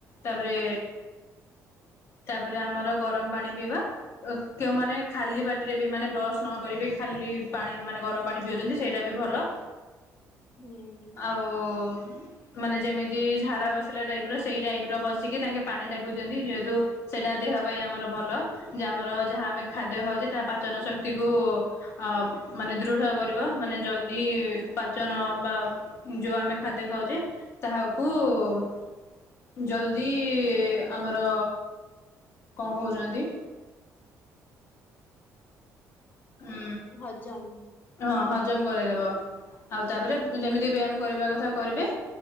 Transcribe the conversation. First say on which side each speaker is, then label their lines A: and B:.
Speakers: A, on the left; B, on the left.
A: ତାପରେ ତାପରେ ଆମର ଗରମ ପାଣି ପିଇବା। ଓକେଉଁମାନେ ଖାଲି ପାଟିରେ ବି ମାନେ ବ୍ରଶ ନ କରିବି ଖାଲି ପାଣି ମାନେ ଗରମ ପାଣି ପିଉଛନ୍ତି। ସେଇଟା ବି ଭଲ।
B: ହୁଁ।
A: ଆଉ ମାନେ ଯେମିତି ଝାଡା ବସିଲା ଟାଇପ ର ସେଇ ଟାଇପ ର ବସିକି ତାଙ୍କେ ପାଣି ଟେକୁଚନ୍ତି ଯେହେତୁ ସେଇଟା ଦେହ ପାଇଁ ଆମର ଭଲ ଯେ ଆମର ଯାହା ଆମେ ଖାଦ୍ୟ ଖାଉଚେ ତାହା ପାଚନ ଶକ୍ତି କୁ ଅ ମାନେ ଦୃଢ କରିବ ମାନେ ଜଲଦି ପାଚନ ବା ଯୋଉ ଆମେ ଖାଦ୍ୟ ଖାଉଚେ ତାହାକୁ ଉ ଜଲଦି ଆମର କଣ କହୁଛନ୍ତି ହୁଁ
B: ହଜମ
A: -ହଁ ହଜମ କରେଇଦବ ଆଉ ତାପରେ
B: ହୁଁ
A: ଯେମିତି ବି ଆମ କରିବା କଥା କରିବେ